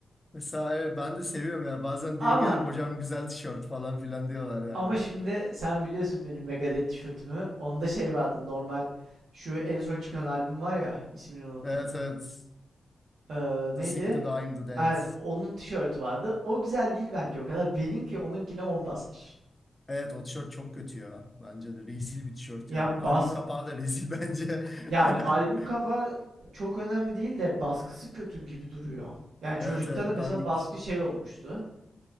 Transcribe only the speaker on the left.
Mesela evet ben de seviyorum ya. Bazen
biri gelip hocam güzel tişört falan filan diyorlar yani.
Evet evet.
The Sick, The Dying, The Dead.
Evet o tişört çok kötü ya. Bence de. Rezil bir tişört
yani.
Albüm kapağı da rezil bence.
<laughs>
Evet evet
dandik.